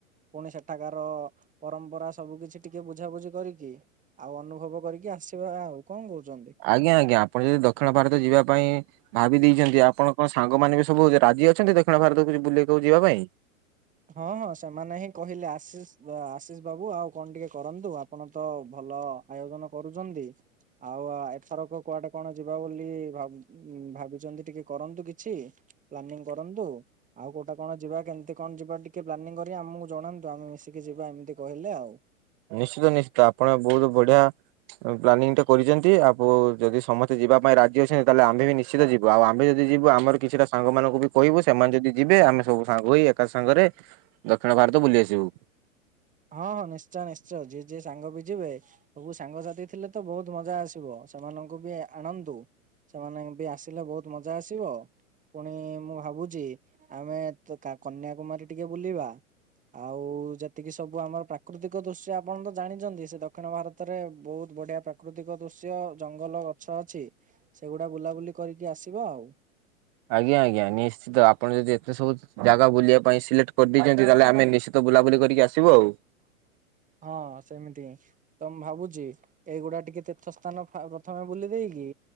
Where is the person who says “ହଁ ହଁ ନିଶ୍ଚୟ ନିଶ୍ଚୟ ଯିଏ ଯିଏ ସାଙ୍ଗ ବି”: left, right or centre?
Right